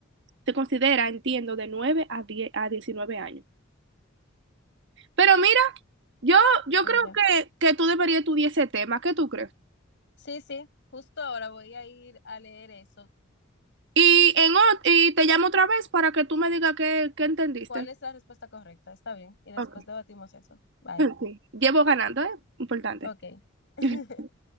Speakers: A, on the right; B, on the left.
A: se considera, entiendo, de 9 a 10, a 19 años. Pero mira, Yo, yo
B: sí,
A: creo
B: sí.
A: que, que tú deberías estudiar ese tema. ¿Qué tú crees?
B: Sí, sí, justo ahora voy a ir a leer eso.
A: Y, en, ot- y te llamo otra vez para que tú me digas qué, qué entendiste.
B: ¿Cuál es la respuesta correcta? Está bien. Y después
A: Ok. <laughs>
B: debatimos eso. Bye.
A: Sí. Llevo ganando, ¿eh? Importante.
B: Ok. <laughs>
A: <laughs>